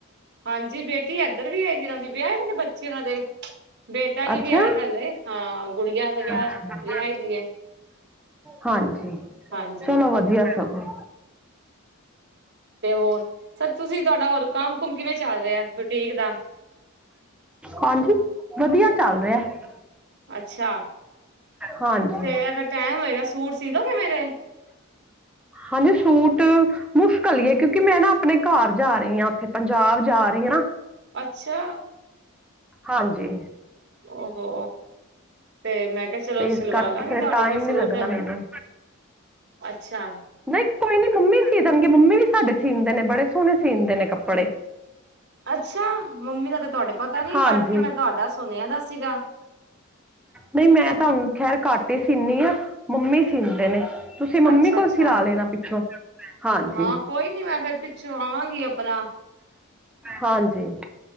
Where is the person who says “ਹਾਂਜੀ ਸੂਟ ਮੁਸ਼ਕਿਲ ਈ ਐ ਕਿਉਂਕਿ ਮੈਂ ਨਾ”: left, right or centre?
Centre